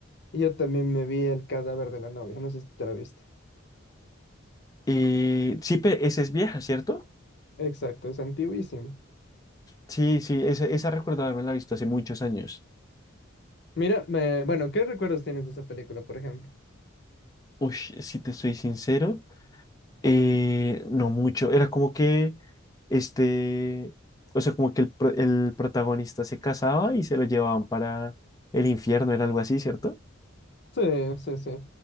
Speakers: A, on the left; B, on the left.
A: Y yo también me vi el cadáver de la novia, no sé si te la viste.
B: Eh, sí, pe- esa es vieja, ¿cierto?
A: Exacto, es antiguísima.
B: Sí, sí, esa, esa recuerdo haberla visto hace muchos años.
A: Mira, me- bueno, ¿qué recuerdos tienes de esa película, por ejemplo?
B: Uy, si te soy sincero, Eh, no mucho, era como que este, o sea, como que el, pro- el protagonista se casaba y se lo llevaban para el infierno, era algo así, ¿cierto?
A: Sí, sí, sí.